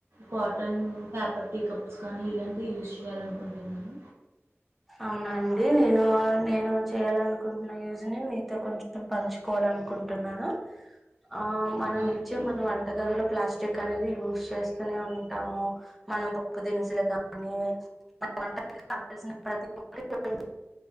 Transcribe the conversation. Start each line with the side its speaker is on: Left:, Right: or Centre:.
Right: కాటన్ పేపర్ టీ కప్స్ కానీ ఇలాంటి యూజ్ చేయాలనుకుంటున్నాను
Centre: అవునండి నేను నేను చేయ్యాలనుకుంటున్న యూజ్ని మీతో కొంచెం పంచుకోవాలనుకుంటు ంటున్నాను ఆ మన
Right: అవును
Centre: నిత్యం మనం వ వంట గదిలో ప్లాస్టిక్ అనేది యూజ్ చేస్తూనే ఉంటాము మనం పప్పు దినుసులు గానీ మన వంట కావలసిన ప్రతి పంట దినుసులు